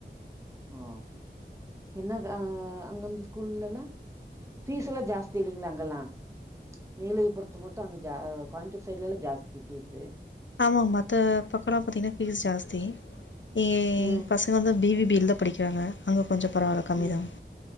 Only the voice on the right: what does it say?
ஆ என்ன அங்க அ அங்கன் ஸ்கூல்லலாம் ஃபீஸ் லாம் ஜாஸ்தி இல்லைங்ளா அங்கல்லாம் நீலையை பொறுத்த மட்டு அங்க ஜ கோயம்த்தூர் சைட்ல லாம் ஜாஸ்தி ஃபீஸ்சு
ம்
ம்